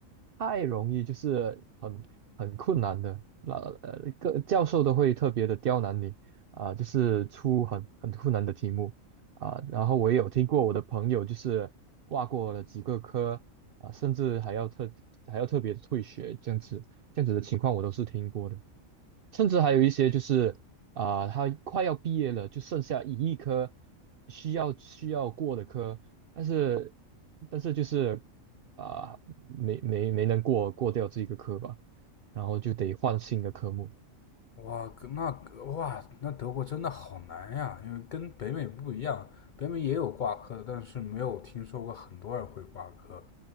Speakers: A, on the right; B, on the left.
A: 太容易，就是很。很困难的，那呃，个教授都会特别的刁难你啊、就是出很很困难的题目啊、然后我也有听过我的朋友就是挂过了几个科啊、甚至还要特还要特别退学这样子，这样子的情况我都是听过的。甚至还有一些就是啊、他快要毕业了，就剩下一亿科需要需要过的科，但是但是就是啊、没没没能过过掉这个科吧，然后就得换新的科目。
B: 哇，那哇，那德国真的好难呀，因为跟北美不一样，北美也有挂科的，但是没有听说过很多人会挂科。